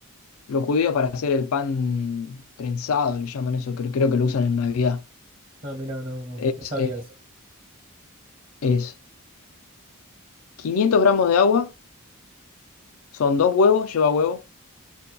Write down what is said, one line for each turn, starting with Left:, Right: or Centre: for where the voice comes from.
Left: los judíos para hacer el pan trenzado, le llaman eso, creo, creo que lo usan en Navidad.
Right: Ah, mira, no, no,
Left: Es,
Right: no sabía
Left: eh,
Right: eso.
Left: es 500 gramos de agua, son dos huevos, lleva huevo,